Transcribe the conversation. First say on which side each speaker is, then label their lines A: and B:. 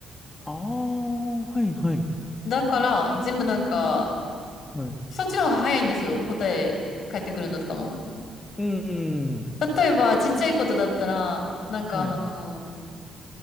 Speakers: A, on the left; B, on the left.
A: ああ、はい、はい。
B: だから全部なんか、
A: はい。
B: そっちの方が早いんですよ、答え返ってくるのとかも。
A: うん、うん。
B: 例えばちっちゃいことだったら、なんかあの、
A: はい。